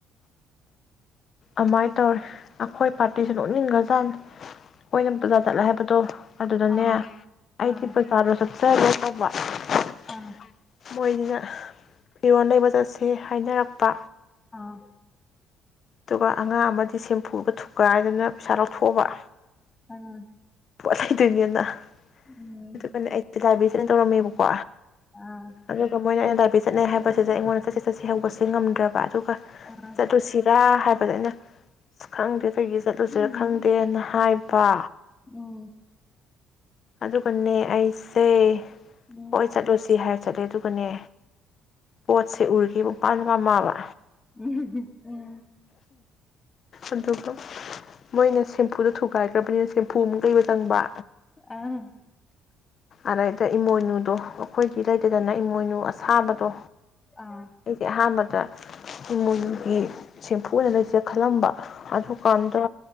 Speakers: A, on the left; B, on the left.
A: ꯑꯃꯥꯏ ꯇꯧꯔ ꯑꯩꯈꯣꯏ ꯄꯥꯔꯇꯤꯁꯤ ꯅꯣꯛꯅꯤꯡꯈ꯭ꯔꯖꯥꯠꯅꯤ ꯑꯩꯈꯣꯏꯅ ꯕꯔꯖꯥ ꯆꯠꯂꯦ ꯍꯥꯏꯕꯗꯣ ꯑꯗꯨꯅꯅꯦ
B: ꯑꯥ
A: ꯑꯩꯒꯤ
B: ꯑꯥ
A: ꯄꯩꯁꯥ ꯐꯄꯝꯕ
B: ꯑꯥ
A: <inaudible> ꯄꯣꯟꯗ ꯐꯤꯔꯣꯟ ꯂꯩꯕ ꯆꯠꯁꯦ ꯍꯥꯏꯅꯔꯛꯄ
B: ꯑꯥ
A: ꯑꯗꯨꯒ ꯑꯉꯥꯡ ꯑꯃꯗꯤ ꯁꯦꯝꯐꯨꯒ ꯊꯨꯒꯥꯏꯗꯅ ꯄꯩꯁꯥ ꯂꯧꯊꯣꯛꯑꯕ
B: ꯑꯥ
A: ꯄ ꯑꯗꯨꯅꯤꯅ <inaudible>
B: ꯎꯝ
A: ꯑꯗꯨꯀꯅꯦ ꯑꯩ ꯐꯅ ꯇꯧꯔꯝꯃꯦꯕꯀꯣ
B: ꯑꯥ
A: ꯑꯗꯨꯒ ꯃꯣꯏꯅ ꯇ ꯄꯤ ꯆꯠꯅꯩ ꯍꯥꯏꯕꯁꯤꯗ ꯑꯩꯉꯣꯟꯗ ꯆꯠꯁꯤ ꯆꯠꯁꯤ ꯍꯧꯕꯁꯤ ꯉꯝꯗ꯭ꯔꯕ ꯑꯗꯨꯒ
B: ꯑꯥ
A: ꯆꯠꯂꯨꯁꯤ ꯍꯥꯏꯕꯗ ꯑꯩꯅ ꯈꯪꯗꯦ ꯀꯩꯒꯤ ꯆꯠꯂꯨꯁꯤꯔ ꯈꯪꯗꯦꯅ ꯍꯥꯏꯕ
B: ꯎꯝ
A: ꯑꯗꯨꯀꯅꯦ ꯑꯩꯁ ꯇꯦ
B: ꯎꯝ
A: ꯍꯣꯏ ꯆꯠꯂꯨꯁꯤ ꯍꯥꯏꯔ ꯆꯠꯂꯦ ꯑꯗꯨꯒꯅꯦ ꯄꯣꯠꯁꯦ ꯎꯔꯒꯦ ꯄꯨꯡꯄꯥꯥꯝꯗ ꯄꯥꯝꯃꯛꯑꯕ
B: ꯎꯝ ꯎꯝ
A: ꯑꯗꯨꯒ ꯃꯣꯏꯅ ꯁꯦꯝꯄꯨꯗ ꯊꯨꯒꯥꯏꯈ꯭ꯔꯕꯅꯤꯅ ꯁꯦꯝꯄꯐꯨ ꯑꯃꯨꯛ ꯂꯩꯕ ꯆꯪꯕ
B: ꯑꯥ
A: ꯑꯗꯩꯗ ꯏꯃꯣꯏꯅꯨꯗꯣ ꯑꯩꯈꯣꯏꯗꯤ ꯂꯩꯇꯗꯅ ꯏꯃꯣꯏꯅꯨ ꯑꯁꯥꯕꯗꯣ
B: ꯑꯥ
A: ꯏꯗꯤ ꯍꯥ ꯃ ꯃꯒꯤ ꯁꯦꯝꯄꯐꯨ ꯑꯣꯏꯅ ꯂꯩꯁꯤꯗ ꯈꯜꯂꯝꯕ ꯑꯗꯨꯁꯨ ꯀꯟꯗ